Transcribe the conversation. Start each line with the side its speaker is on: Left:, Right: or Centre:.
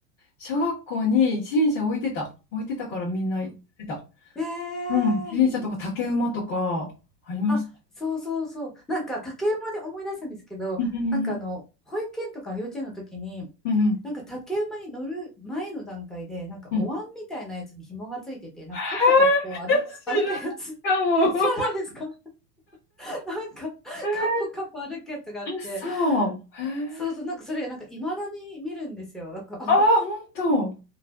Left: 小学校に一輪車置いてた。置いてたからみんな行ってた。
Centre: あ、ええ
Left: うん、自転車とか竹馬とかありますね。
Centre: あ、そうそうそう。なんか竹馬で思い出したんですけど、
Left: うん、
Centre: なんかあの、保育園とか幼稚園の時に、
Left: うん、うん、うん。
Centre: なんか竹馬に乗る前の段階で、なんかお椀みたいなやつに紐がついてて、
Left: うん
Centre: なんかカポカポ歩く、
Left: <laughs> 知らないかも。
Centre: 歩くやつ、<laughs> 知らないですか <laughs> なんかカポカポ歩くやつがあって、
Left: <laughs> え、そう。へえ。
Centre: そうそう、なんかそれ、なんか未だに見るんですよ。なんか、あ、
Left: ああ、本当。